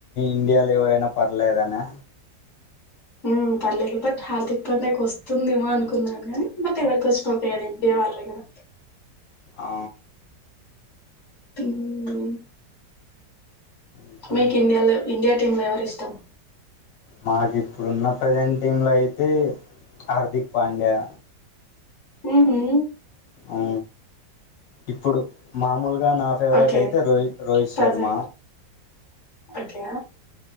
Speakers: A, on the left (about 85°); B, on the left (about 45°).
A: ఇండియాలో ఎవరైనా పర్లేదనా
B: హు పర్లేదు బట్ హార్దిక్ పాండ్య కొస్తుందేమో అని అనుకున్నా కాని బట్ ఎవరికి ఒచ్చిన ఓకే కద ఇండియా వాళ్ళే కద
A: ఆ
B: హ్మ్
A: ఇంకా
B: మేక్ ఇండియాల ఇండియా టేవరిష్టం
A: మాకు ఇప్పుడున్న ప్రజెంట్ టీమ్ లో అయితే హార్దిక్ పాండ్యా
B: ఉహుమ్
A: అ ఇప్పుడు మామూలు గా నా ఫేవరెట్
B: ఓకే
A: అయితే రోహిత్ రోహిత్
B: ప్రజెంట్
A: శర్మ
B: ఓకే